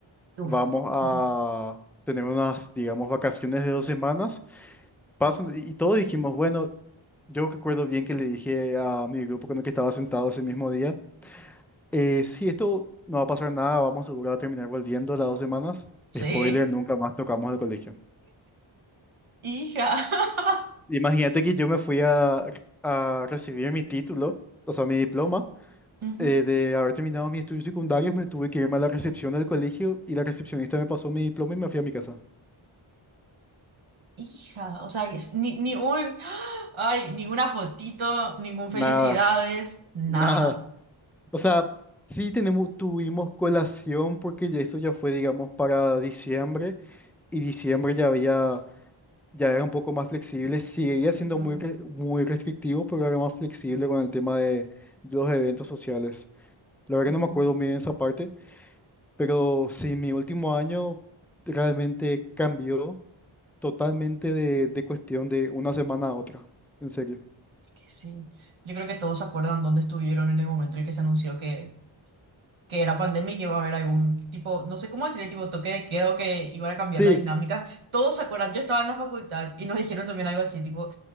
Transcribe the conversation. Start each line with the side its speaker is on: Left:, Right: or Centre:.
Right: Uf.
Centre: vamos a
Right: Ujú.
Centre: tener unas, digamos, vacaciones de dos semanas. Pasan, y y todos dijimos, bueno, yo recuerdo bien que le dije a mi grupo con el que estaba sentado ese mismo día, eh, si esto no va a pasar nada, vamos seguro a terminar volviendo las dos semanas.
Right: Sí,
Centre: Spoiler, nunca más tocamos el colegio.
Right: hija. <laughs>
Centre: Imagínate que yo me fui a, a recibir mi título, o sea, mi diploma,
Right: Ujú.
Centre: eh, de haber terminado mis estudios secundarios, me tuve que irme a la recepción del colegio y la recepcionista me pasó mi diploma y me fui a mi casa.
Right: Hija, o sea, que es- ni, ni un, ay, ninguna fotito, ningún felicidades,
Centre: Nada, <laughs>
Right: nada.
Centre: nada. O sea, sí tenemos, tuvimos colación porque ya eso ya fue, digamos, para diciembre y diciembre ya había, ya era un poco más flexible, seguía
Right: Ujú,
Centre: siendo muy, re- muy restrictivo, pero era más flexible con el tema de los eventos sociales. La verdad
Right: ujú.
Centre: que no me acuerdo muy bien esa parte, Pero sí, mi último año realmente cambió totalmente de, de cuestión de una semana a otra, en serio.
Right: que sí. Yo creo que todos se acuerdan dónde estuvieron en el momento en el que se anunció que, que era pandemia y que iba a haber algún tipo, no sé cómo decirle, tipo toque de queda o que iba a cambiar
Centre: Sí,
Right: la dinámica. Todos se acuerdan, yo estaba en la facultad y nos dijeron también algo así, tipo,